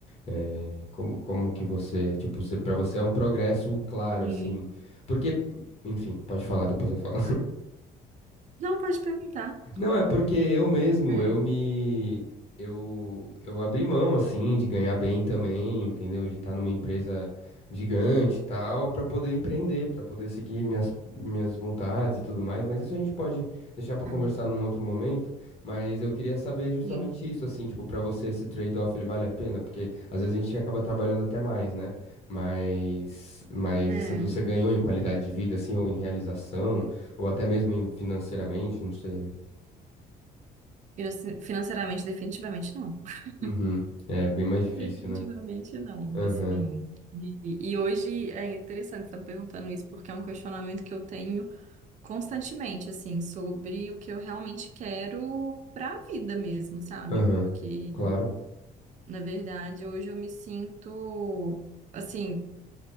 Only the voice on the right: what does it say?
Sim.
Não, pode perguntar.
É,
tá.
Sim.
É,
finan- financeiramente, definitivamente não. <laughs>
Definitivamente
não.
Assim, E, e hoje é interessante estar perguntando isso, porque é um questionamento que eu tenho constantemente, assim, sobre o que eu realmente quero para a vida mesmo, sabe?
Porque,
na verdade, hoje eu me sinto, assim,